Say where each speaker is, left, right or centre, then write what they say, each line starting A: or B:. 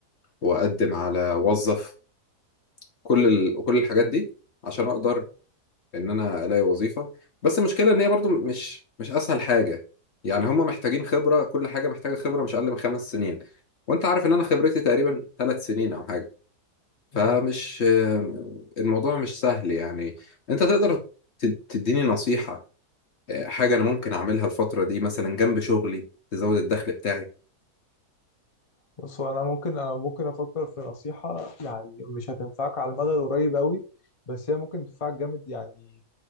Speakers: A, on the left; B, on the left.
A: وأقدم على وظف كل ال... كل الحاجات دي عشان أقدر ان انا الاقي وظيفه بس المشكله ان هي برضو مش مش اسهل حاجه يعني هم محتاجين خبره كل حاجه محتاجه خبره مش اقل من خمس سنين وانت عارف ان انا خبرتي تقريبا ثلاث سنين او حاجه فمش
B: مم.
A: آم، الموضوع مش سهل يعني انت تقدر تد- تديني نصيحه آه، حاجه انا ممكن اعملها الفتره دي مثلا جنب شغلي تزود الدخل بتاعي
B: بص هو انا ممكن انا ممكن افكر في نصيحة يعني مش هتنفعك على المدى القريب قوي بس هي ممكن تنفعك جامد يعني